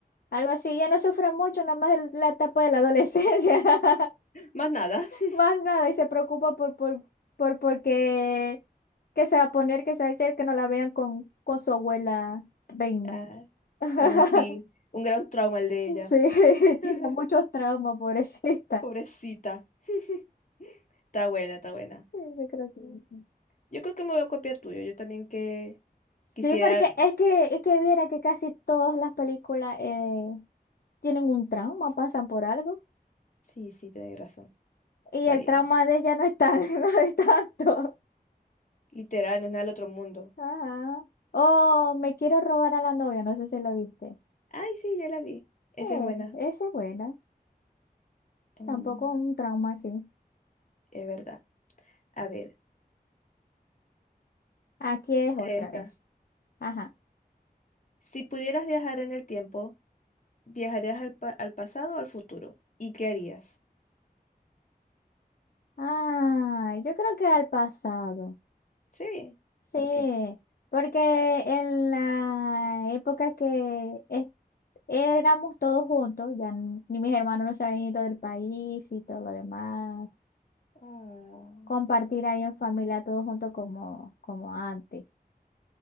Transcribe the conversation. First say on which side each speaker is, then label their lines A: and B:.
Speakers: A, on the left; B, on the left.
A: Algo así. Ya no sufre mucho, nada más el- la etapa de la adolescencia. <laughs>
B: Más nada. <laughs>
A: Más nada. Y se preocupa por, por, por porque que se va a poner, que se va a hacer, que no la vean con, con su abuela reina.
B: Ah,
A: <laughs>
B: bueno, sí. Un gran trauma el de ella.
A: Sí, <laughs>
B: <laughs>
A: tiene muchos traumas, pobrecita.
B: Pobrecita. <laughs> Está buena, está buena.
A: Sí, Yo creo que
B: Mm.
A: sí.
B: Yo creo que me voy a copiar tuyo. Yo también que
A: Sí,
B: Quisiera.
A: porque es que, es que viera que casi todas las películas eh, tienen un trauma, pasan por algo.
B: Sí, sí, tenés razón.
A: Y
B: Está
A: el
B: bien.
A: trauma de ella no es tan, <laughs> no es tanto.
B: Literal, no es nada del otro mundo.
A: Ajá. Oh, me quiero robar a la novia, no sé si lo viste.
B: Ay, sí, ya la vi. Esa
A: Eh,
B: es buena.
A: esa es buena.
B: Mm,
A: Tampoco es un trauma así.
B: es verdad. A ver,
A: Aquí es
B: mira
A: otra
B: esta.
A: vez. Ajá.
B: Si pudieras viajar en el tiempo, ¿viajarías al, pa- al pasado o al futuro? ¿Y qué harías?
A: Ah, yo creo que al pasado.
B: Sí,
A: Sí,
B: ¿por qué?
A: porque en la época que es- éramos todos juntos, ya n- ni mis hermanos no se habían ido del país y todo lo demás,
B: Ah,
A: compartir ahí en familia todos juntos como, como antes.